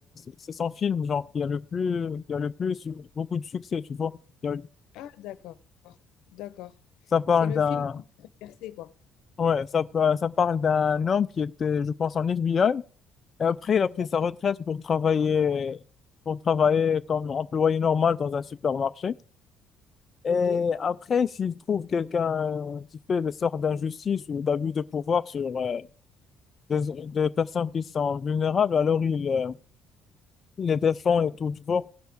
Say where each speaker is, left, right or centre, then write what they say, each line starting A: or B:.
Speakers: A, on the left (about 35°); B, on the left (about 80°).
A: c'est son film genre qui a le plus qui a le plus eu beaucoup de succès, tu vois. Il y a-
B: Ah d'accord, d'accord.
A: Ça parle
B: C'est le
A: d'un
B: film qui perçait quoi.
A: ouais, ça pa- ça parle d'un homme qui était, je pense, en FBI. Et après, il a pris
B: D'accord,
A: sa retraite pour travailler pour travailler comme employé normal dans un supermarché. Et
B: ok.
A: après, s'il trouve quelqu'un qui fait des sortes d'injustice ou d'abus de pouvoir sur euh, des, des personnes qui sont vulnérables, alors ils, euh, ils les défendent et tout, tu vois.